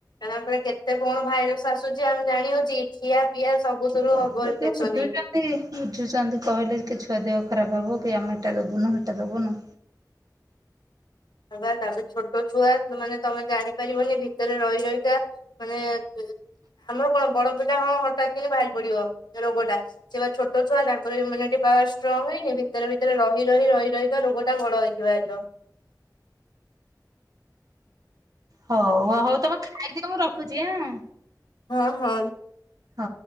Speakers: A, on the left; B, on the right.
A: ତାପରେ କେତେ କଣ ଭାଇରସ ଆସୁଛି, ଆମେ ଜାଣି ହଉଚି କି? ଖିଆ ପିଆ ସବୁ <unintelligible>
B: କହିଲେ
A: ଉଭର
B: କିଏ
A: ଫେସନ୍
B: ବୁଝୁଛନ୍ତି
A: ହେଇକି।
B: ବୁଝୁଛନ୍ତି କହିଲେ କି ଛୁଆ ଦେହ ଖରାପ ହବ କି, ଆମେ ଏଟା ଦବୁନୁ ହେଟା ଦବୁନୁ।
A: ବା, ତାପରେ ଛୋଟ ଛୁଆ, ତ ମାନେ ତମେ ଜାଣିପାରିବନି ଭିତରେ ରହି ରହିକା ମାନେ ଆମର କଣ ବଡ ପିଲା, ହଁ ହଠାତ୍ କିନ୍ତୁ ବାହାରି ପଡିବ, ରୋଗ ଟା। ସେ ପା ଛୋଟ ଛୁଆ, ତାଙ୍କର ଇମ୍ୟୁନିଟି ପାୱାର ଷ୍ଟ୍ରଙ୍ଗ ହେଇନି ଭିତରେ ଭିତରେ ରହି ରହି ରହି ରହି ରୋଗ ଟା ବଡ ହେଇକି ବାହାରିବ।
B: ହଉ, ହଉ ତମେ ଖାଇଦିଅ ମୁଁ ରଖୁଛି ଆଁ।
A: ହଁ ହଁ।
B: ହ।